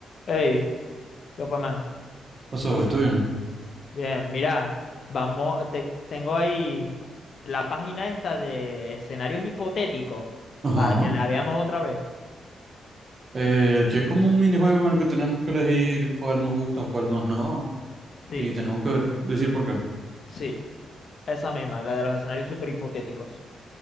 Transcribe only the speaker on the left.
Hey, ¿qué fue, man?
Bien, mira, vamos, te- tengo ahí la página esta de escenarios hipotéticos
para que la veamos otra vez.
Sí,
sí, esa misma, la de los escenarios super hipotéticos.